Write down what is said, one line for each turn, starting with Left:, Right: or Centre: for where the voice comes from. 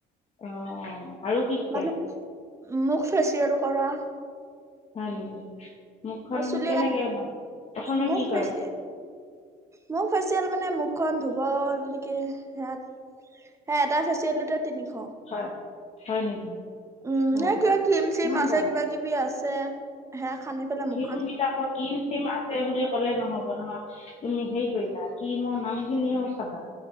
Left: অ অ। আৰু কি শিকাই
Right: মানে মোক ফেচিয়েল কৰা।
Left: হয় নেকি? মুখখন
Right: অ চুলি
Left: কেনেকে
Right: গা
Left: মানে প্ৰথমে
Right: মখ
Left: কি কৰে?
Right: ফেচ মখ ফেচ মানে মুখখন ধুব নেকি সয়াত সে এটা ফেচিয়েল দুতে তিনিশ
Left: হয়, হয় নেকি?
Right: উম
Left: অ',
Right: হে কিবা
Left: বাবা
Right: ক্ৰীম চিম
Left: ইমান
Right: আছে
Left: দাম
Right: কিবা কিবি আছে। যে সেৰা খান্দি পেলাই মোক।
Left: ম বিলাক কিৰিম চিম আছে বুলি ক'লে নহ'ব নহয়। তুমি হেৰি কৰিবা কি মোৰ নামখিনিও চাবা।